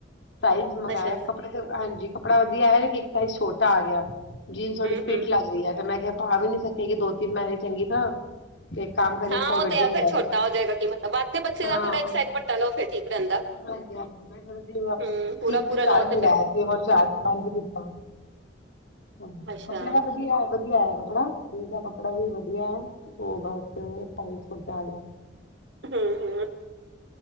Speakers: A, on the left; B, on the right.
A: ਸਾਈਜ਼ ਮੰਗਾਇਆ
B: ਅੱਛਾ-ਅੱਛਾ।
A: ਕੱਪੜੇ ਹਾਂਜੀ ਕੱਪੜਾ ਵਧੀਆ ਆਯਾ। ਇੱਕ ਸਾਇਜ ਛੋਟਾ ਆ ਗਿਆ ਜੀਨਸ
B: ਹੂੰ-ਹੂੰ,
A: ਥੋੜੀ ਫਿਟ ਲੱਗ ਰਹੀ ਹੈ। ਤੇ ਮੈਂ ਕਿਹਾ ਪਾ ਵੀ ਨੀ ਸਕੇ ਗਈ, ਦੋ ਤਿੰਨ ਮਹੀਨੇ ਚੰਗੀ ਤਰ੍ਹਾਂ। ਇਹ ਕੰਮ ਕਰੀਏ
B: ਹਾਂ
A: ਇੱਕ ਸਾਈਜ਼
B: ਉਹ
A: ਵੱਡੇ
B: ਤੇ ਹੈ
A: ਮੰਗਾ
B: ਫਿਰ ਛੋਟਾ
A: ਲਓ
B: ਹੋ ਜਾਏਗਾ ਕੀ ਮਤਲਬ ਵੱਧਦੇ ਬੱਚੇ ਦਾ
A: ਹਾਂ
B: ਥੋੜਾ ਸਜ਼ ਵੱਡਾ ਲਓ ਫਿਰ ਠੀਕ ਰਹਿੰਦਾ।
A: ਹਾਂਜੀ ਹਾਂਜੀ ਮੈਂ ਥੋੜਾ ਜਿਹਾ
B: ਹੂੰ, ਪੂਰਾ-ਪੂਰਾ
A: ਤੀਨ ਤੋਂ ਚਾਰ
B: ਲਓ ਤੇ
A: ਮੰਗਵਾਇਆ।
B: ਫਿਰ
A: ਹੋਰ ਚਾਰ ਪੰਜ ਕੀਤਾ ਹਾਂ
B: ਅੱਛਾ।
A: ਕੱਪੜੇ ਦਾ ਵਧੀਆ ਵਧੀਆ ਆਇਆ ਕੱਪੜਾ ਜੀਨਸ ਦਾ ਕੱਪੜਾ ਵੀ ਵਧੀਆ ਹੈ ਉਹ ਬਸ ਸਾਈਜ ਛੋਟਾ ਆ ਗਿਆ।
B: ਹੂ ਹੂ,,,